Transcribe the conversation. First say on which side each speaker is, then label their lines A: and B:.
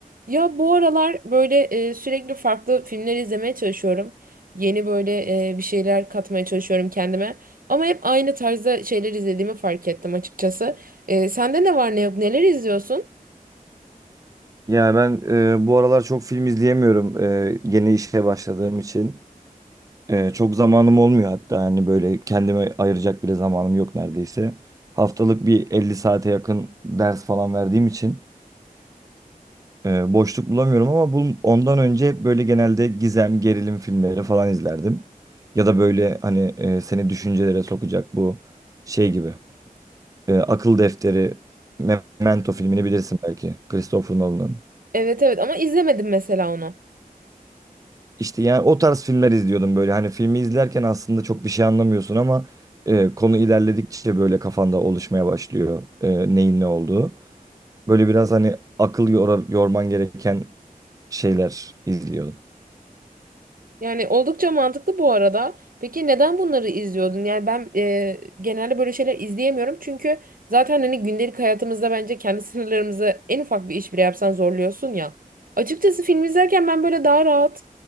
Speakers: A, on the right; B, on the right.
A: Ya bu aralar böyle e, sürekli farklı filmler izlemeye çalışıyorum. Yeni böyle e, bir şeyler katmaya çalışıyorum kendime. Ama hep aynı tarzda şeyler izlediğimi fark ettim açıkçası. E, sende ne var ne yok neler izliyorsun?
B: Yani ben e, bu aralar çok film izleyemiyorum e, yeni işe başladığım için. E, çok zamanım olmuyor hatta hani böyle kendime ayıracak bile zamanım yok neredeyse. Haftalık bir 50 saate yakın ders falan verdiğim için e, boşluk bulamıyorum ama bu, ondan önce hep böyle genelde gizem, gerilim filmleri falan izlerdim. Ya da böyle hani e, seni düşüncelere sokacak bu şey gibi. E, Akıl Defteri, Memento filmini bilirsin belki. Christopher Nolan'ın.
A: Evet evet ama izlemedim mesela onu.
B: İşte yani o tarz filmler izliyordum böyle. Hani filmi izlerken aslında çok bir şey anlamıyorsun ama e, konu ilerledikçe böyle kafanda oluşmaya başlıyor e, neyin ne olduğu. Böyle biraz hani akıl yora- yorman gereken şeyler izliyordum.
A: Yani oldukça mantıklı bu arada. Peki neden bunları izliyordun? Yani ben e, genelde böyle şeyler izleyemiyorum. Çünkü zaten hani gündelik hayatımızda bence kendi sınırlarımızı en ufak bir iş bile yapsan zorluyorsun ya. Açıkçası film izlerken ben böyle daha rahat,